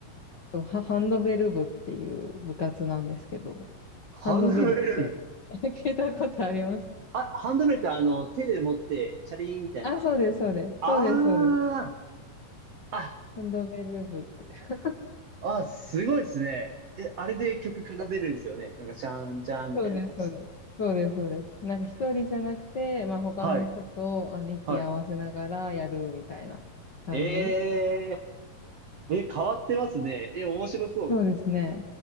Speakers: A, on the left (about 55°); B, on the right (about 55°).
A: そうハハンドベル部っていう部活なんですけど、
B: ハンドベル部。
A: ハンドベルって <laughs> 聞いたことあります
B: あ、ハンドベルってあの、手で持って、チャリーンみたいな。
A: あ、そうです、そうです。
B: あー、
A: そうです、そうです。
B: あ、
A: ハンドベル部って。<laughs>
B: あ、すごいですね。え、あれで曲奏でるんですよね。なんか、チャンチャンみたいな感じです。
A: そうです、そうです。そうです、そうです。なんか一人じゃなくて、まあ他の人とあの息合わせながらやるみたいな感じ。
B: はい、はい。えー、え、変わってますね。え、面白そうです。
A: そうですね。